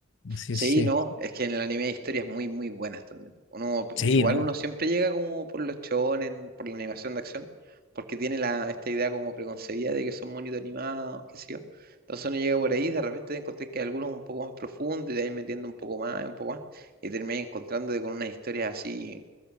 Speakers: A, on the left; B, on the right.
A: Sí,
B: Sí,
A: sí,
B: no, es que en el anime hay historias muy, muy buenas también. Uno,
A: sí,
B: igual
A: ¿no?
B: uno siempre llega como por los shonen, por la animación de acción, porque tiene la, esta idea como preconcebida de que son bonitos animados, qué sé yo. Entonces uno llega por ahí, y de repente te encontrás que hay algunos un poco más profundos y te vas metiendo un poco más, un poco más, y terminas encontrándote con unas historias así